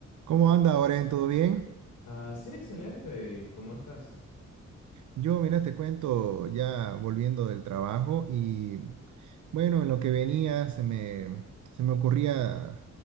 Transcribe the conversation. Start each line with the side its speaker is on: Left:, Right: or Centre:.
Right: ¿Cómo anda, Oren? ¿Todo bien?
Left: Ah, sí, excelente. ¿Y cómo estás?
Right: Yo, mira, te cuento ya volviendo del trabajo y bueno, en lo que venía se me, se me ocurría,